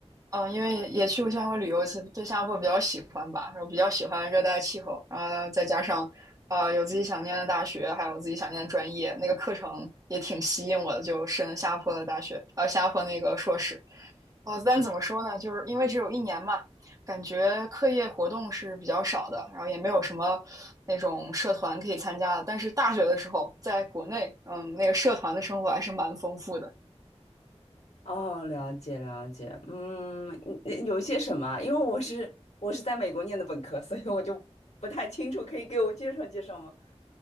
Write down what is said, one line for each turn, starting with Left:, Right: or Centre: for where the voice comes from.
Right: 嗯、因为也去过新加坡旅游一次，对新加坡比较喜欢吧，然后比较喜欢热带气候，然后再加上，呃，有自己想念的大学，还有自己想念的专业，那个课程也挺吸引我的，就申了新加坡的大学，呃，新加坡那个硕士。啊，但怎么说呢？就是因为只有一年嘛，感觉课业活动是比较少的，然后也没有什么那种社团可以参加的。但是大学的时候，在国内，嗯，那个社团的生活还是蛮丰富的。
Left: 哦，了解了解，嗯，你有些什么？因为我是我是在美国念的本科，所以我就不太清楚，可以给我介绍介绍吗？